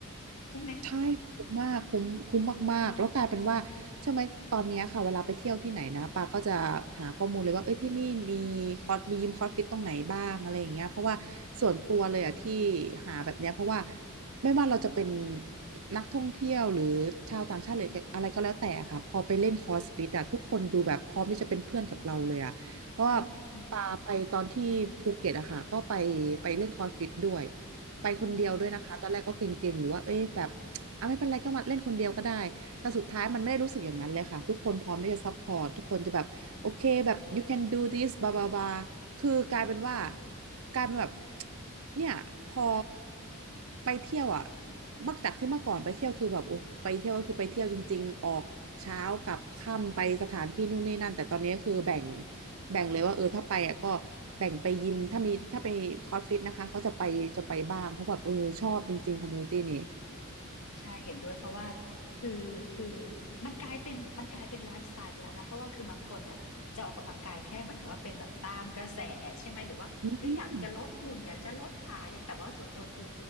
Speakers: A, on the left; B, on the right.
A: คุ้มไหม
B: ใช่คุ้มมากคุ้มคุ้มมากๆแล้วกลายเป็นว่าใช่ไหมตอนเนี้ยค่ะเวลาไปเที่ยวที่ไหนนะปาก็จะหาข้อมูลเลยว่าเอ้ยที่นี่มีคอร์สมียิมคอร์สฟิตตรงไหนบ้างอะไรอย่างเงี้ยเพราะว่าส่วนตัวเลยอะที่หาแบบเนี้ยเพราะว่าไม่ว่าเราจะเป็นนักท่องเที่ยวหรือชาวต่างชาติหรืออะไรก็แล้วแต่ค่ะพอไปเล่นคอร์สฟิตอะทุกคนดูแบบพร้อมที่จะเป็นเพื่อนกับเราเลยอะเพราะว่า
A: อืม
B: ไปตอนที่ภูเก็ตอะค่ะก็ไปไปเล่นคอร์สฟิตด้วยไปคนเดียวด้วยนะคะตอนแรกก็เกรงๆอยู่ว่าเอ้ยแบบ
A: อืม
B: อ่ะไม่เป็นไรก็มาเล่นคนเดียวก็ได้แต่สุดท้ายมันไม่ได้รู้สึกอย่างนั้นเลยค่ะทุกคนพร้อมที่จะซัพพอร์ตทุกคนจะแบบโอเคแบบ you can do this บาบาบาคือกลายเป็นว่ากลายเป็นแบบเนี่ยพอไปเที่ยวอ่ะเมื่อจากที่เมื่อก่อนไปเที่ยวคือแบบโอ้ไปเที่ยวก็คือไปเที่ยวจริงๆออกเช้ากลับค่ำไปสถานที่นู่นนี่นั่นแต่ตอนนี้คือแบ่ง แบ่งเลยว่าเออถ้าไปอ่ะก็แบ่งไปยิมถ้ามีถ้าไปคอร์สฟิตนะคะเขาจะไปจะไปบ้างเพราะแบบเออชอบจริงๆคอมมูนิตี้นี่
A: ใช่เห็นด้วยเพราะว่าคือคือมันกลายเป็นมันกลายเป็นไลฟ์สไตล์ไปแล้วนะเพราะว่าคือบางคนน่ะจะออกกำลังกายแค่เหมือนกับว่าเป็นแบบตามกระแสใช่ไหมหรือว่าเอ้ยอยากจะลดหุ่นอยากจะลดขาอยากแต่ว่าส่วนตัวคือ
B: อืม